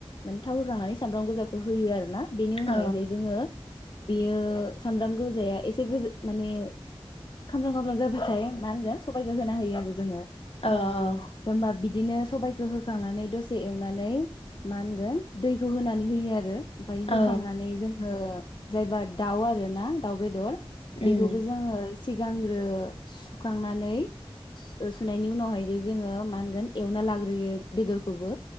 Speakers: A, on the left (about 50°); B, on the left (about 70°).
A: माने थाव होखांनानै सामब्राम गोजाखौ होयो आरो ना बेनि उनाव
B: औ
A: जाय जोङो बियो सामब्राम गोजाया एसे गोज माने खाम्राम खाम्राम जाबाथाय मा होनगोन सबाइखौ होना होयो आरो जोङो
B: अ अ
A: होमबा बिदिनो सबाइखौ होखांनानै दसे एवनानै मा होनगोन दैखौ होनानै होयो आरो ओमफाय होखांनानै
B: औ
A: जों ओ जायबा दाउ आरो ना दाउ बे दर
B: उम
A: बेखौबो जोङो। सिगांग्रो सुखांनानै सुनायनि उनावहाय जे जोङो मा होनगोन एवना लाग्रोयो बेदरखौबो।